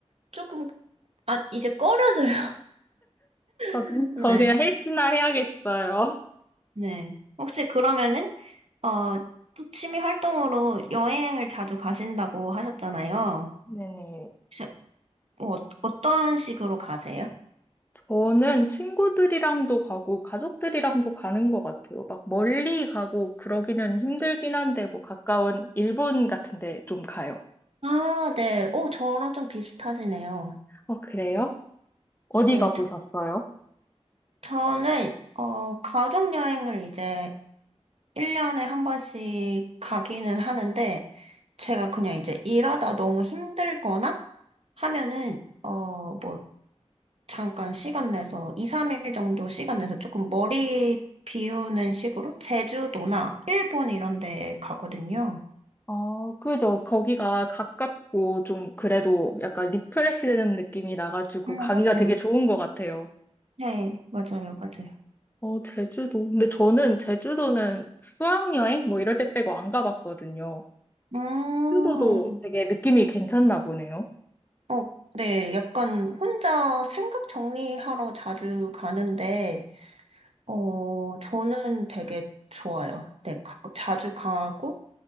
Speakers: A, on the right (about 65°); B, on the left (about 15°).
A: 조금, 아, 이제 꺼려져요.
B: 저도,
A: <laughs> 네.
B: 저 그냥 헬스나 해야겠어요.
A: 네. 혹시 그러면은, 어, 또 취미 활동으로 여행을 자주 가신다고 하셨잖아요.
B: 네네.
A: 혹시 뭐 어, 어떤 식으로 가세요?
B: 저는 친구들이랑도 가고 가족들이랑도 가는 것 같아요. 막 멀리 가고 그러기는 힘들긴 한데 뭐 가까운 일본 같은 데 좀 가요.
A: 아, 네. 오, 저랑 좀 비슷하시네요.
B: 어, 그래요? 어디
A: 네.
B: 가보셨어요?
A: 저, 저는, 어, 가족여행을 이제 1년에 한 번씩 가기는 하는데, 제가 그냥 이제 일하다 너무 힘들거나 하면은, 어, 뭐, 잠깐 시간 내서 2, 3일 정도 시간 내서 조금 머리 비우는 식으로 제주도나 일본 이런 데 가거든요.
B: 어, 그죠. 거기가 가깝고 좀 그래도 약간 리프레시 되는 느낌이 나가지고
A: 아,
B: 가기가
A: 맞아요.
B: 되게 좋은 것 같아요.
A: 네, 맞아요, 맞아요.
B: 어, 제주도. 근데 저는 제주도는 수학여행 뭐 이럴 때 빼고 안 가봤거든요.
A: 음,
B: 제주도도 되게 느낌이 괜찮나 보네요.
A: 어, 네, 약간 혼자 생각 정리하러 자주 가는데, 어, 저는 되게 좋아요. 네, 가끔 자주 가고,